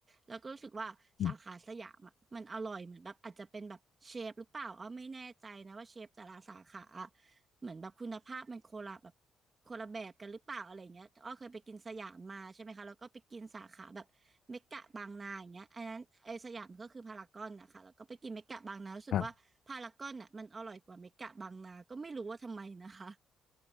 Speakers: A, on the right; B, on the left.
A: แล้วก็รู้สึกว่าสาขาสยามอ่ะมันอร่อยเหมือนแบบอาจจะเป็นแบบเชฟหรือเปล่าอ้อไม่แน่ใจนะว่าเชฟแต่ละสาขาอะ
B: อืม
A: เหมือนแบบคุณภาพมันโคนละแบบคนละแบบกันหรือเปล่าอะไรเงี้ยแต่อ้อเคยไปกินสยามมาใช่ไหมคะแล้วก็ไปกินสาขาแบบเมกะบางนาอย่างเงี้ยอันนั้นไอสยามก็คือพารากอนนะคะแล้วก็ไปกินเมกะบางนารู้สึกว่าพารากอนอ่ะมันอร่อยกว่าเมกะบางนาก็ไม่รู้ว่าทำไมนะคะ
B: ครับ